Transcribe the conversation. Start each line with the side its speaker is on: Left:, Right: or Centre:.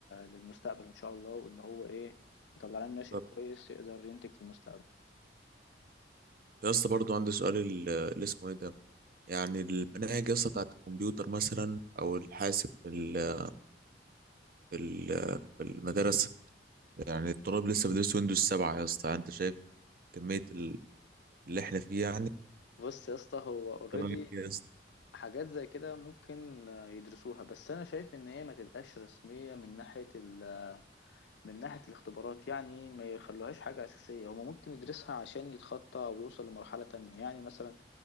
Left: للمستقبل إن شاء الله وإن هو إيه يطلع لنا ناشئ
Right: طب
Left: كويس يقدر ينتج في المستقبل
Right: يا اسطى برضو عندي سؤال ال- اللي اسمه ايه ده يعني المناهج يا اسطى بتاعت الكمبيوتر مثلا او الحاسب في ال- في ال- في المدرسه يعني الطلاب لسه بيدرسوا ويندوز 7 يا اسطى انت شايف كميه ال- اللي احنا فيه يعني
Left: بص يا اسطى هو اوريدي
Right: طبعاً يا اسطى.
Left: حاجات زي كده ممكن آه، يدرسوها بس انا شايف ان هي ما تبقاش رسميه من ناحيه ال... من ناحيه الاختبارات يعني ما يخلوهاش حاجه اساسيه هما ممكن يدرسها عشان يتخطى ويوصل لمرحله تانية يعني مثلا